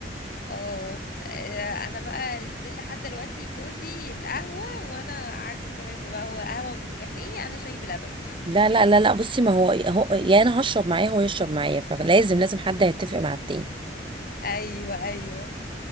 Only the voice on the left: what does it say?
اه آه، انا بقى ستيل لحد دلوقتي جوزي القهوه وانا عكسه تماما بقى هو قهوه ونسكافيه انا شاي بلبن
ايوه ايوه